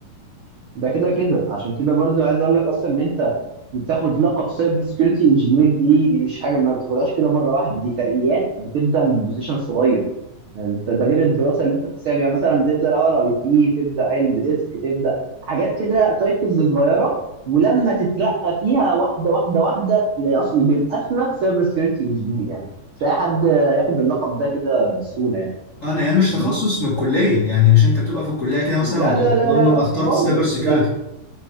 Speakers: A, on the right; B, on the left.
A: <laughs> ده كده كده عشان كده برضو عايز اقول لك اصلا ان انت بتاخد لقب سايبر سكيورتي انجينير دي دي مش حاجه ما بتاخدهاش كده مره واحده دي ترقيات بتبدا من بوزيشن صغير انت ده غير الدراسه اللي انت بتسال يعني مثلا بتبدا الاول اي تي تبدا قلب ديسك تبدا حاجات كده تايتلز صغيره ولما تترقى فيها واحده واحده واحده اللي اصلا بيبقى اسمك سايبر سكيورتي انجينير يعني مش اي حد ياخد اللقب ده كده بسهوله يعني
B: آه، انا هي مش
A: فاهمني
B: تخصص من الكليه يعني مش انت بتبقى في الكليه كده
A: لا
B: مثلا وتقول
A: لا لا لا
B: إن
A: لا
B: انا اخترت
A: خالص
B: سايبر سيكيورتي
A: ده